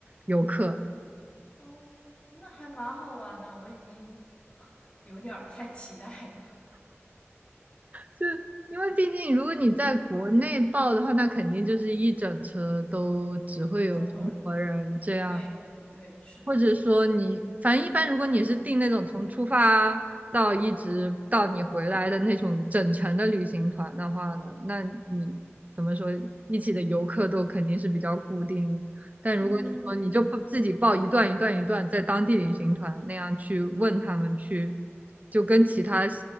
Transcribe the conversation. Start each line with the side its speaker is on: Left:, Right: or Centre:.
Right: 游客，
Left: 哦，那还蛮好玩的，我已经 <laughs> 有点儿太期待了。
Right: 就因为毕竟如果你在国内报的话，那肯定就是一整车都只会有中国人这样，
Left: 中国人，对对对，是的，
Right: 或者说你反正一般如果你是订那种从出发到一直到你回来的那种整程的旅行团的话呢，
Left: 是的。
Right: 那你怎么说一起的游客都肯定是比较固定的。但如果你说你就不自己报一段一段一段，
Left: 嗯，
Right: 在当地旅行团那样去问他们去，就跟其他